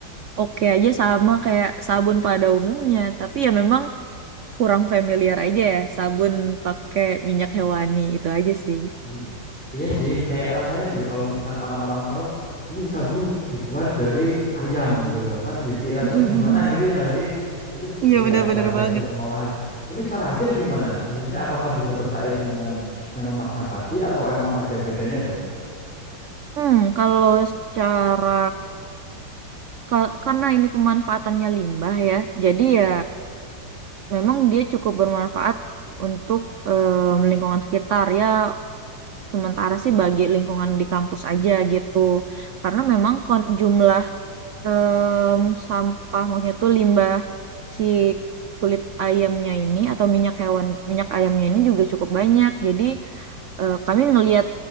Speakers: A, on the right; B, in the centre.
A: oke aja sama kayak sabun pada umumnya, tapi ya memang kurang familiar aja ya sabun pakai minyak hewani itu aja sih.
B: I- Iya sih kayak rasanya juga kalau misalkan orang-orang tahu ini sabun dibuat dari ayam gitu loh kan jadi rasanya
A: Mm, mm, mm,
B: gimana
A: mm.
B: gitu ya nggak sih? Tapi
A: Iya
B: tapi
A: benar-benar
B: ya emang balik lagi
A: banget.
B: ke pengolahan. Tapi secara hasil gimana? Maksudnya apakah bisa bersaing dengan yang lemak nabati atau emang ada bedanya
A: Hmm, kalau secara Kal- karena ini pemanfaatannya limbah ya, jadi ya memang dia cukup bermanfaat untuk eh, lingkungan sekitar ya. Sementara sih bagi lingkungan di kampus aja gitu, karena memang kon- jumlah em, sampah maksudnya tuh limbah si kulit ayamnya ini atau minyak hewan minyak ayamnya ini juga cukup banyak. Jadi eh, kami ngelihat